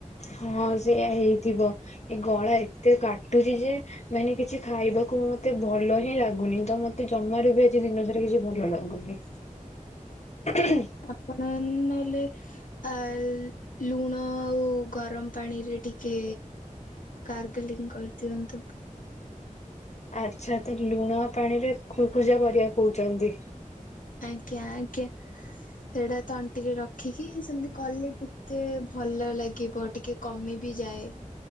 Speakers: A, on the left; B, on the left.
A: ହଁ ସେଇୟା ହେଇଥିବ। ଏଇ ଗଳା ଏତେ କାଟୁଚି ଯେ ମାନେ କିଛି ଖାଇବାକୁ ମତେ ଭଲ ହିଁ ଲାଗୁନି। ତ ମତେ ଜମାରୁ ବି ଆଜି ଦିନ ସାରା କିଛି ଭଲ ଲାଗୁନି।
B: <unintelligible>
A: <unintelligible>
B: ଆପଣ ନହେଲେ ଆ ଲୁଣ ଆଉ ଗରମ ପାଣିରେ ଟିକେ ଗାର୍ଗେଲିଂ କରିଦିଅନ୍ତୁ।
A: ଆଚ୍ଛା ତ ଲୁଣ ପାଣିରେ କୁଳକୁଚା କରିବାକୁ କୋହୁଚନ୍ତି।
B: ଆଜ୍ଞା ଆଜ୍ଞା ସେଇଟା ତଣ୍ଟିରେ ରଖିକି ସେମିତି କଲେ ଟିକେ ଭଲ ଲାଗିବ ଟିକେ କମି ବିି ଯାଏ।